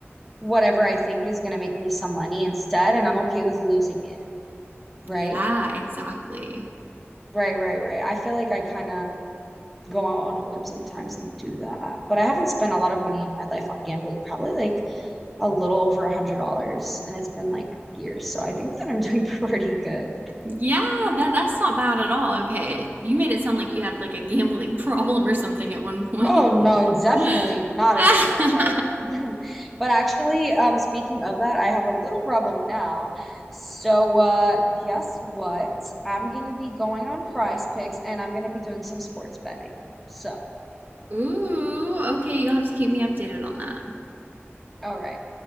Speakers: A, in the centre; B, on the right.
A: whatever I think is gonna make me some money instead, and I'm okay with losing it, right?
B: Yeah, exactly.
A: Right, right, right. I feel like I kind of go out on a whim sometimes and do that. But I haven't spent a lot of money in my life on gambling, probably like a little over a hundred dollars, and it's been like years, so I think that I'm <laughs> doing pretty good.
B: Yeah, that that's not bad at all. Okay. You made it sound like you had like a gambling <laughs> problem or something at one point.
A: Oh no, definitely
B: <laughs>
A: not a gambling problem. <laughs> But actually, um, speaking of that, I have a little problem now. So, uh, guess what? I'm gonna be going on Prize Picks, and I'm gonna be doing some sports betting. So,
B: Ooh, okay, you'll have to keep me updated on that.
A: all right.